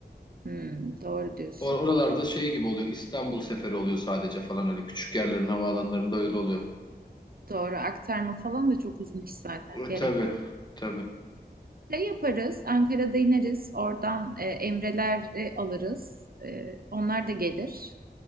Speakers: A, on the right; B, on the left.
A: Hmm, doğru diyorsun.
B: Or- Oralarda şey gibi oluyor. İstanbul seferi oluyor sadece falan öyle. Küçük yerlerin havaalanlarında öyle oluyor.
A: Doğru aktarma falan da çok uzun iş zaten
B: E,
A: gerek
B: tabii.
A: yok.
B: Tabii.
A: Şey yaparız Ankara'da ineriz oradan e, Emre'ler e, alırız. E, onlar da gelir.